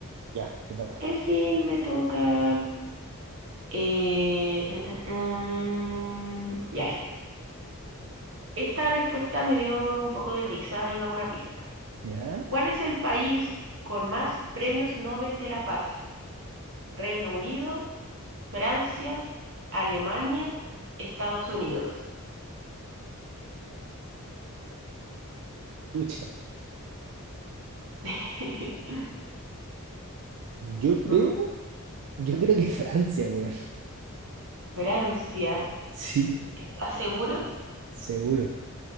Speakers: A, on the right; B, on the right.
A: Ya, te toca.
B: En fin, me toca. Eh, eh, eh, eh, ya este. Esta respuesta me dio un poco de risa, ahí va una pista.
A: ¿Ya?
B: ¿Cuál es el país con más premios Nobel de la Paz? ¿Reino Unido, Francia, Alemania, Estados Unidos?
A: Escucha.
B: <laughs>
A: Yo creo,
B: Mm,
A: yo creo que Francia, weón.
B: Francia.
A: Sí,
B: ¿Estás seguro?
A: seguro.